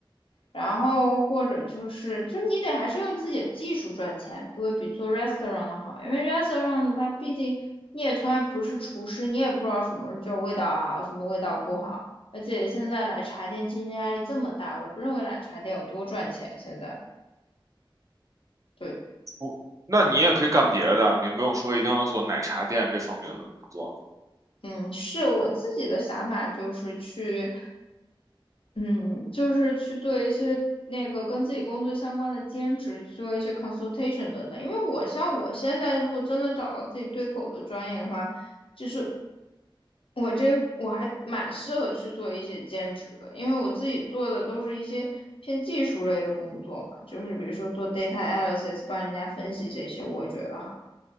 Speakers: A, on the left (about 80°); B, on the right (about 35°).
A: 然后或者就是就是你得还是用自己的技术赚钱，不会比做 restaurant 的好，因为 restaurant 的它毕竟你也从来不是厨师，你也不知道什么叫味道好，什么味道不好，而且现在奶茶店竞争压力这么大，我不认为奶茶店有多赚钱现在。对。
B: 我那你也可以干别的，也没有说一定要做奶茶店这方面的工作，
A: 嗯，是我自己的想法，就是去，嗯，就是去做一些那个跟自己工作相关的兼职，做一些 consultation 等等。因为我像我现在，如果真的找到自己对口的专业的话，就是我这我还蛮适合去做一些兼职的，因为我自己做的都是一些偏技术类的工作嘛，就是比如说做 data analysis，帮人家分析这些，我觉得哈，